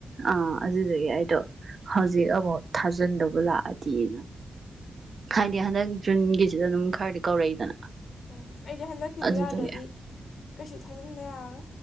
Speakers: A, on the right; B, on the left.
A: ꯑ ꯑꯗꯨꯖꯤꯖꯒꯦ ꯑꯩꯗꯣ ꯍꯧꯖꯤꯛ ꯑꯃꯨꯛ ꯊꯥꯖꯤꯟꯗꯧꯕ ꯂꯥꯛꯑꯗꯤꯅ
B: <unintelligible>
A: ꯍꯥꯏꯗꯤ ꯍꯟꯗꯛ ꯖꯨꯟꯒꯤꯁꯤꯗ ꯑꯗꯨꯝ ꯈꯔꯗꯤ ꯀꯧꯔꯛꯏꯗꯅ
B: ꯎꯝ ꯑꯩꯗꯤ ꯍꯟꯗꯛꯀꯤꯗꯣ
A: ꯑꯗꯨꯗꯨꯒꯤ
B: ꯌꯥꯗ꯭ꯔꯗꯤ ꯀꯩꯁꯨ ꯊꯥꯖꯤꯟꯕ ꯌꯥꯔ